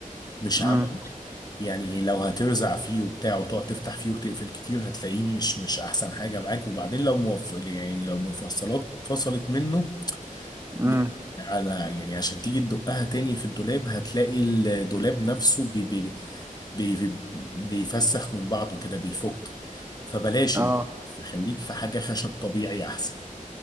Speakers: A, on the left (about 30°); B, on the right (about 20°).
A: مش
B: امم
A: عملي يعني لو هترزع فيه وبتاع وتقعد تفتح فيه وتقفل كتير هتلاقيه مش مش احسن حاجه معاك وبعدين لو موف... يعني لو المفصلات فصلت منه
B: امم
A: يعني على يعني عشان تيجي تدقها تاني في الدولاب هتلاقي الدولاب نفسه بي بي بي بيفسخ من بعضه كده بيفك فبلاش
B: اه
A: ليه خليك في حاجة خشب طبيعي أحسن